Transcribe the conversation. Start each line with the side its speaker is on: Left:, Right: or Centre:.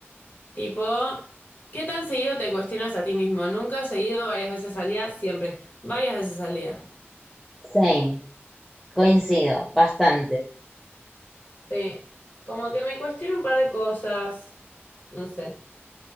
Left: Tipo, ¿qué tan seguido te cuestionas a ti mismo? Nunca seguido, varias veces al día, siempre, varias veces al día.
Centre: same. Coincido, bastante.
Left: Sí, como que me cuestiono un par de cosas, no sé.